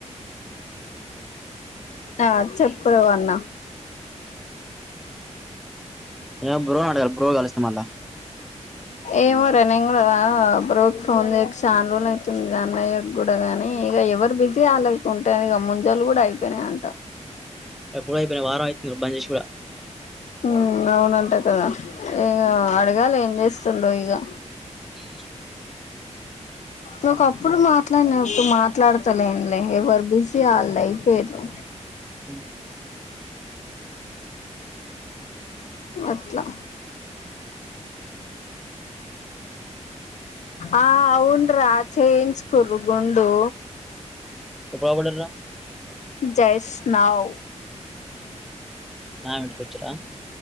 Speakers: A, on the left; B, in the centre.
A: ఆ చెప్పారన్న
B: ఏ బ్రో నేను బ్రో కలుస్తా మల్ల
A: ఏమో రే నేను కూడా బ్రోక్ ఫోన్ చేయక చాన్రోజులు అవుతుంది అన్నయ్య కూడా కని ఇగా ఎవరు బిజీ అల్లకి ఉంటే ఇగా ముంజాలు కూడా అయిపోయినయి కా
B: ఎప్పుడ అయిపోయినా వారం అయితుంది రబ్బం చేసి కూడా
A: హ అవునుంటా కదా ఏం అడగాలి ఏం చేస్త సలుయగా
B: టీన్
A: ను ఒక అప్పుడు మాట్లాడినప్పుడు మాట్లాడతలేంలే ఎవరు బిజీ వాళ్ళు అయిపోయారు
B: ఉ
A: అట్లా ఆ అవున్ర చేయించుకుర్రూ గుండు
B: ఇప్పుడు ఎలా పెట్టారా
A: జస్ట్ నౌ
B: మా వింటికొచిర్రా